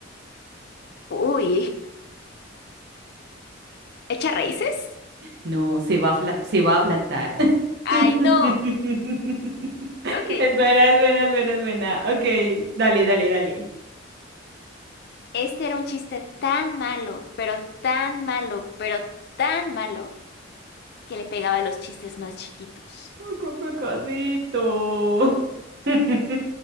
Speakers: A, on the left; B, on the right.
A: Uy, ¿echa raíces?
B: No, se va a, fla- se va a plantar.
A: Ay,
B: <laughs>
A: no. Ok.
B: Es buena, es buena, es buena, es buena. Ok, dale, dale, dale.
A: Este era un chiste tan malo, pero tan malo, pero tan malo, que le pegaba a los chistes más chiquitos.
B: ¡Qué pecadito! <laughs>